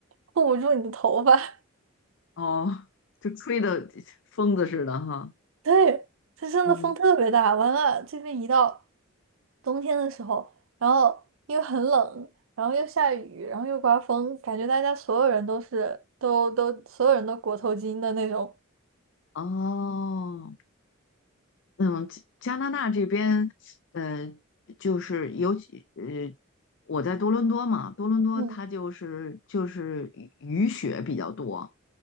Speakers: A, on the right (about 70°); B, on the left (about 60°).
A: 护不住你的头发。
B: 哦，就吹的 <laughs> 疯子似的哈。
A: 对，这真的风特别大。
B: 嗯，
A: 完了，这边一到冬天的时候，然后又很冷，然后又下雨，然后又刮风，感觉大家所有人都是都都所有人都裹头巾的那种。
B: 哦。嗯，加加拿大这边，呃，就是尤其呃，我在多伦多嘛，多伦多它就是就是雨雨雪比较多，
A: 嗯